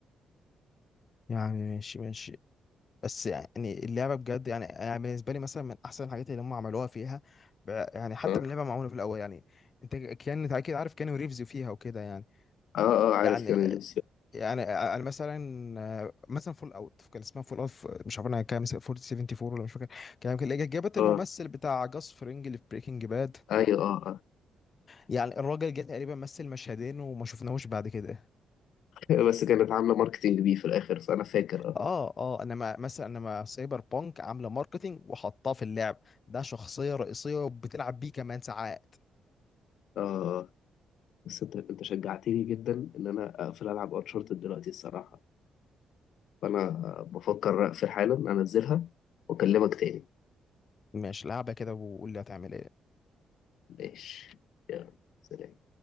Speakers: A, on the left; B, on the left.
A: يعني ماشي ماشي بس يعني اللعبه بجد يعني يعني بالنسبه لي مثلا من احسن الحاجات اللي هم عملوها فيها ب- يعني حتى
B: اه
A: من اللعبه معموله في الاول يعني انت كان انت اكيد عارف كانوا ريفز فيها وكده يعني
B: اه آه، عارف
A: يعني
B: كان
A: يعني انا مثلا مثلا فول اوت كان اسمها فول اوت مش عارف انا كام 474 ولا مش فاكر كان يمكن اللي جابت
B: اه
A: الممثل بتاع جاس فرينج اللي في بريكنج باد
B: ايوه اه
A: يعني الراجل جه تقريبا مثل مشهدين وما شفناهوش بعد كده
B: اه <laughs> بس كانت عامله ماركتينج بيه في الاخر فانا فاكر اه
A: اه اه انا ما مثلا انا ما سايبر بانك عامله ماركتينج وحطاه في اللعب ده شخصيه رئيسيه وبتلعب بيه كمان ساعات
B: اه آه. بس انت انت شجعتني جدا ان انا اقفل العب انشارتد دلوقتي الصراحه فانا بفكر اقفل حالا انزلها واكلمك تاني
A: مش لعبه كده وقول لي هتعمل ايه
B: ماشي يلا سلام